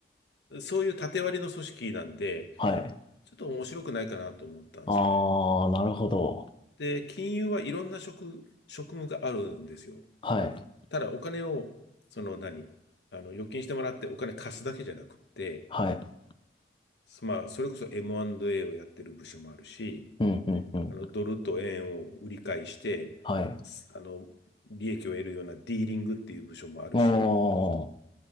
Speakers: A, on the left; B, on the left.
A: そういう縦割りの組織なんで、
B: はい。
A: ちょっと面白くないかなと思ったんですよね。
B: ああ、なるほど。
A: で、金融はいろんな職、職務があるんですよ。
B: はい。
A: ただお金を、その何あの、預金してもらってお金貸すだけじゃなくって、
B: はい。
A: まあ、それこそ M&A をやってる部署もあるし、
B: うん、うん、うん。
A: あの、ドルと円を売り買いして、
B: はい。
A: すあの、利益を得るようなディーリングっていう部署もあるし、
B: ああ、